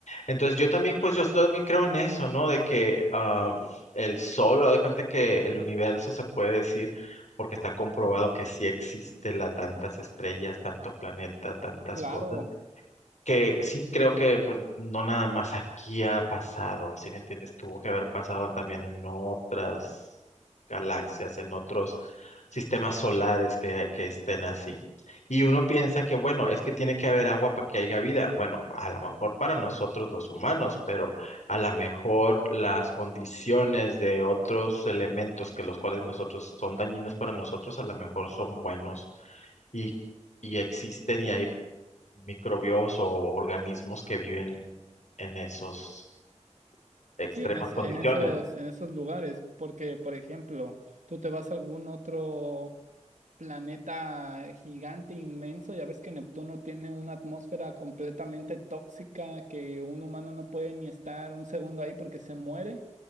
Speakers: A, on the left; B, on the right.
A: Entonces yo también, pues yo también creo en eso, ¿no? De que ah, el Sol, haz de cuenta que el universo se puede decir, porque está comprobado que sí existe la tantas estrellas, tanto planeta, tantas
B: claro.
A: cosas que sí creo que pues, no nada más aquí ha pasado, si me entiendes, tuvo que haber pasado también en otras galaxias, en otros sistemas solares que, que estén así. Y uno piensa que, bueno, es que tiene que haber agua para que haya vida. Bueno, a lo mejor para nosotros los humanos, pero a lo mejor las condiciones de otros elementos que los cuales nosotros son dañinos para nosotros, a lo mejor son buenos y, y existen y hay microbios o organismos que viven en esas extremas
B: Sí, en, es-
A: condiciones.
B: en esos, en esos lugares, porque, por ejemplo, tú te vas a algún otro planeta gigante, inmenso, ya ves que Neptuno tiene una atmósfera completamente tóxica que un humano no puede ni estar un segundo ahí porque se muere